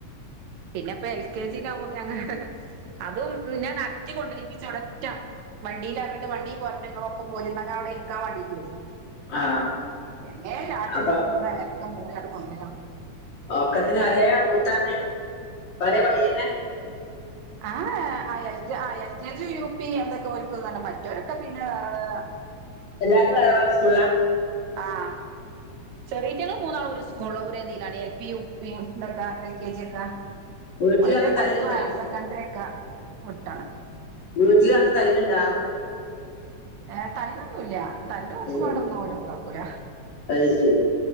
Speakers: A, on the right; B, on the left.
A: പിന്നെ പ്പൊ എൽ കെ ജി യിലാവുമ്പോ പിന്നെ അങ്ങ അതും ന്നെ നടത്തി കൊണ്ടരീപ്പിച്ചും ഇവടറ്റം വണ്ടിയിലാക്കിട്ട് വണ്ടി പോരണം ഇങ്ങള ഒപ്പം പോര് ന്നാ ഞാൻ അവിടെ ഇരിക്കാൻ വാണ്ടിറ്റ്
B: ആ
A: എങ്ങനേലാകട്ടെ
B: അപ്പൊ
A: ഇബ്ട്ന്ന് അനക്കെ മൂന്ന അങ്ങട്ട് പോണങ്കിലവസ്ഥെ
B: ഒക്കത്തിന് ഒരേ റൂട്ടാണ് ഒരേ വഴിയന്നെ
A: ആആഹ് അ എൽ അ L K G U P എമ്പതോൽക്ക് വണം മറ്റോലൊക്കെ പിന്നെ വേറെ വേറെ
B: എല്ലാരും വേറെ വേറെ സ്കൂളില
A: ആഹ് ചെറീറ്റങ്ങ മൂന്നാളും ഒരേ സ്കൂള് ഒരേ തിലാണ് എൽ പി യു പി ന്തക്ക എൽ കെ ജി ഒക്കെ
B: വീട്ടിൽ
A: മറ്റേ
B: അന്ന്
A: പത്തും
B: തല്ലുണ്ടാ
A: ഹയർ സെക്കൻഡറി ഒക്കെ വിട്ടാണ്
B: വീട്ടിൽ വന്ന് തല്ലുണ്ടാ
A: ഏഹ് തല്ലൊന്നുംല്ല തല്ല് ഒച്ചപാടൊന്നും
B: ഉം
A: ഓല്ണ്ടാക്കൂല്ലാ
B: അത് ശരി